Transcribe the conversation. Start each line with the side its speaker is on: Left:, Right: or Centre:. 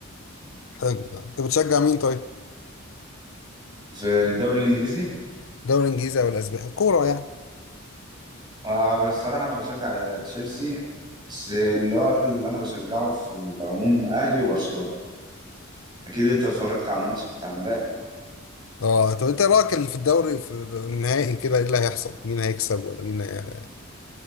Left: حلو ده أنت بتشجع مين طيب؟
Right: في الدوري الانجليزي
Left: الدوري الإنجليزي أو الأسباني؟ كورة يعني
Right: آه بس الصراحه انا بشجع تشيلسي بس اللي هو اللي انا بشجعه في العموم اهلي وبرشلونه اكيد انت اتفرجت على الماتش بتاع امبارح
Left: أه طب أنت إيه رأيك في الدوري في النهائي كده إيه اللي هيحصل؟ مين هيكسب ولا مين هي...